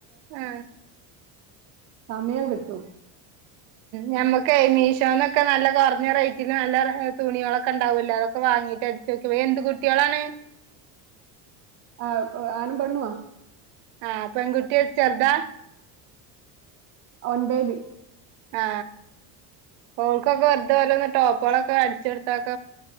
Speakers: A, on the right; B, on the right.
A: ആ
B: സമിയം കിട്ടും
A: ഞമ്മക്കെ, മീശോന്നൊക്കെ നല്ല കൊർഞ്ഞ റേറ്റിന് നല്ല തുണികളൊക്കണ്ടാവല്ലോ അതൊക്കെ വാങ്ങീറ്റട് ചോയ്ക്കവേ ന്ത് കുട്ട്യാളാണ്?
B: ആ ആണും പെണ്ണുആ?
A: ആ പെൺകുട്ടി ചെർതാ?
B: അ ഒൻപയില്.
A: ആ ആ ഓൾക്കൊക്കെ വെർ തെ ഒരോരെ ടോപുകളൊക്കെ അട്ച്ച് കൊട്ത്തക്ക